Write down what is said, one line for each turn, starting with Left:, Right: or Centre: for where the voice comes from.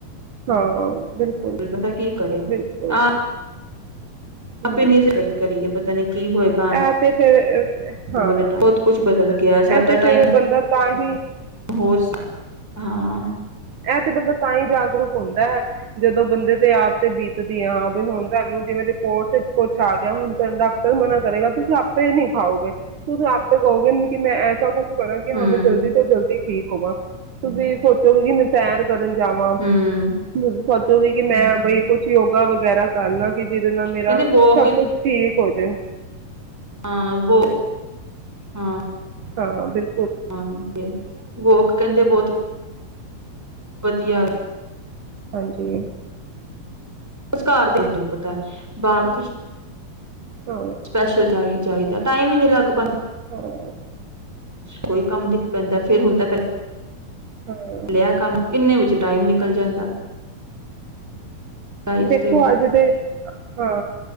Right: ਹਾਂ ਬਿਲਕੁਲ
Centre: ਬਦਾ ਕੀ ਕਰੇ
Right: ਬਿਲਕੁਲ
Centre: ਆਪ
Right: ਹਮ
Centre: ਆਪੇ ਨਹੀਂ ਕਰੀਏ ਪਤਾ ਨੀ ਕੀ ਹੋਏਗਾ
Right: ਇਹ ਤੇ ਫਿਰ ਹਾਂ
Centre: ਵਾਲੇ ਬਹੁਤ ਕੁਛ ਬਦਲ ਗਿਆ ਸਾਡਾ
Right: ਇਹ ਤੇ ਫੇਰ
Centre: ਟਾਈਮ
Right: ਬੰਦਾ ਤਾਂਹੀਂ
Centre: ਹੋਰ ਹਾਂ
Right: ਇਹ ਤੇ ਬੰਦਾ ਤਾਂ ਹੀ ਜਾਗਰੂਕ ਹੁੰਦਾ ਹੈ ਜਦੋਂ ਬੰਦੇ ਤੇ ਆਪ ਤੇ ਬੀਤਦੀ ਹੈ ਹਾਂ ਬ ਹੁਣ ਤੁਹਾਨੂੰ ਜਿਵੇਂ ਰਿਪੋਰਟ ਚ ਕੁਛ ਆ ਗਿਆ ਹੁਣ ਤੁਾਨੂੰ ਡਾਕਟਰ ਮਨਾ ਕਰੇਗਾ ਤੁਸੀਂ ਆਪੇ ਨੀ ਖਾਓਗੇ ਤੁਸੀਂ ਆਪੇ ਕਹੋਗੇ ਮੈਂ ਐਸਾ ਕੁਛ ਕਰਾਂ ਕਿ ਹੂਨ
Centre: ਹੂੰ
Right: ਜਲਦੀ ਤੋਂ ਜਲਦੀ ਠੀਕ ਹੋਵਾਂ ਤੁਸੀਂ ਸੋਚੋਗੇ ਕਿ ਮੈਂ ਸੈਰ ਕਰਨ ਜਾਵਾਂ
Centre: ਹੂੰ
Right: ਬ ਸੋਚੂਗੀ ਕਿ ਮੈਂ ਬਈ ਕੁਛ ਯੋਗਾ ਵਗੈਰਾ ਕਰਨਾ ਕਿ ਜਿਹਦੇ ਨਾਲ ਮੇਰਾ
Centre: ਕਹਿੰਦੇ ਵੋਕ
Right: ਸਭ ਕੁਛ ਠੀਕ ਹੋ ਜਾਏ
Centre: ਹਾਂ ਵੋ ਹਾਂ
Right: ਹਾਂ ਬਿਲ
Centre: ਹਾਂ ਤੇ ਲੋਕ ਕਹਿੰਦੇ ਬਹੁਤ ਪਤਆ
Right: ਹਾਂ ਜੀ
Centre: ਸਸਕਾਰ ਦੇਣ ਤਨੂੰ ਪਤਾ ਬਲ
Right: ਹਾਂ
Centre: ਸਪੈਸ਼ਲ ਚਹੀ ਚਾਹੀਦਾ ਟਾਈਮ ਲਗਭਗ
Right: ਹਾਂ
Centre: ਕੋਈ ਕੰਮ ਦਿਖ ਪੈਂਦਾ ਫੇਰ ਹੁਣ ਤਾਂ ਪਹਿਲਾਂ
Right: ਹਾਂ
Centre: ਲਿਆ ਕੰਮ ਇੰਨੇ ਕੁ ਟਾਈਮ ਨਿਕਲ ਜਾਂਦਾ ਲਾਈਫ
Right: ਦੇਖੋ
Centre: ਤੇ
Right: ਅੱਜ ਦੇ ਹਾਂ